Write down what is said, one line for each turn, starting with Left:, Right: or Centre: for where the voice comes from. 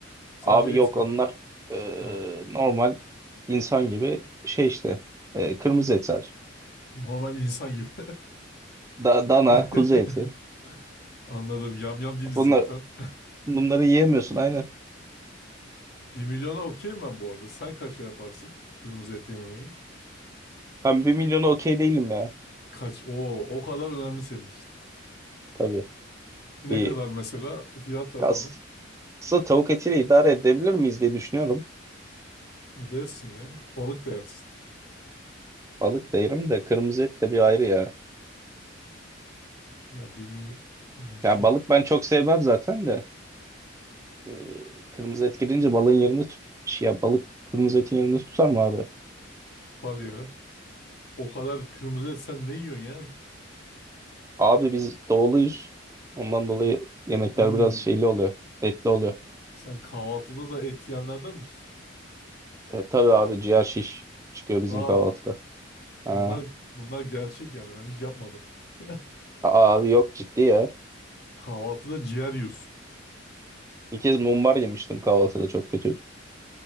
Left: Sadece
Right: Abi
Left: et
Right: yok
Left: mi?
Right: onlar e,
Left: Ha.
Right: normal insan gibi şey işte e, kırmızı et sadece.
Left: Normal insan gibi.
Right: Da- dana,
Left: <laughs>
Right: kuzu eti.
Left: Anladım. Yamyam değiliz
Right: Bunlar,
Left: zaten.
Right: bunları yiyemiyorsun aynen.
Left: Bir milyona okeyim ben bu arada. Sen kaça yaparsın kırmızı et yememeyi?
Right: Ben bir milyona okey değilim ya.
Left: Kaç? Oo, o kadar önemli senin için.
Right: Tabii
Left: Ne
Right: bir
Left: kadar mesela? Fiyat ver
Right: aslında
Left: bana.
Right: tavuk etiyle idare edebilir miyiz diye düşünüyorum.
Left: E dersin ya. Balık da yersin.
Right: Balık da yerim de kırmızı et de bir ayrı ya.
Left: Ya bir milyon. Yani şimdi
Right: Ya balık ben çok sevmem zaten de. Ee, kırmızı et gelince balığın yerini tut şey ya balık kırmızı etin yerini tutar mı abi?
Left: var ya. O kadar kırmızı et sen ne yiyorsun ya?
Right: Abi biz doğuluyuz. Ondan dolayı yemekler
Left: Hmm.
Right: biraz şeyli oluyor. Etli oluyor.
Left: Sen kahvaltıda da et yiyenlerden misin?
Right: E, tabii abi ciğer şiş çıkıyor bizim
Left: Aa,
Right: kahvaltıda. Ha.
Left: bunlar bunlar gerçek yani. Ben hiç yapmadım. <laughs>
Right: Aa, abi yok ciddi ya.
Left: Kahvaltıda ciğer yiyorsun.
Right: Bir kez mumbar yemiştim kahvaltıda çok kötüydü.